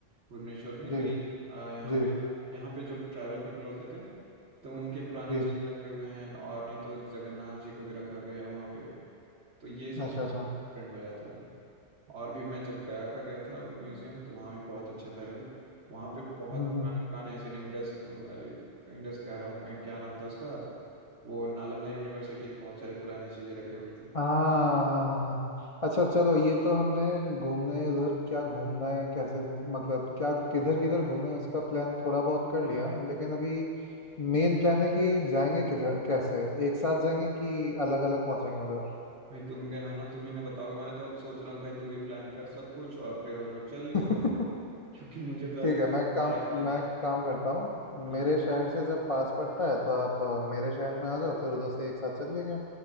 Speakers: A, on the right; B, on the left.
A: भुवनेश्वर में
B: जी
A: कि आ, यहाँ
B: जी
A: पे यहाँ पे जो ट्राइबल पीपल होते थे तो उनके पुराने
B: जी
A: चीज रखे हुए हैं और नहीं तो जगन्नाथ जी को भी रखा गया है वहाँ पे तो ये सब
B: अच्छा
A: थोड़ा
B: अच्छा
A: डिफरेंट हो जाता है और भी मैं जब गया का गया था म्यूजियम तो वहाँ भी बहुत अच्छा था भाई वहाँ पे बहुत
B: हम्म, हम्म।
A: पुराने पुराने ऐसे इंडस अरे इंडस कह रहा हूँ मैं क्या नाम था उसका वो नालंदा यूनिवर्सिटी के बहुत सारे पुराने चीजें रखे हुई थी
B: हाँ हाँ हाँ हाँ। अच्छा चलो ये तो हमने घूमने उधर क्या घूमना है कैसे घूम मतलब क्या किधर किधर घूमना है उसका प्लान थोड़ा
A: हाँ,
B: बहुत कर लिया लेकिन अभी मेन प्लान है कि जाएंगे किधर कैसे एक साथ जाएंगे कि अलग अलग पहुंचेंगे उधर
A: भाई तुम गए हो ना तुम ही ने बताओगे मैं तो अब सोच रहा हूँ कि भाई तू ही प्लान कर सब कुछ और फिर हम लोग चल लेंगे
B: <laughs>
A: और क्योंकि मुझे तो ऐसा
B: ठीक है मैं काम
A: और आइडिया नहीं
B: मैं
A: है
B: काम करता हूँ
A: हाँ
B: मेरे शहर से जब पास पड़ता है तो आप अ, मेरे शहर में आ जाओ फिर उधर से एक साथ चल लेंगे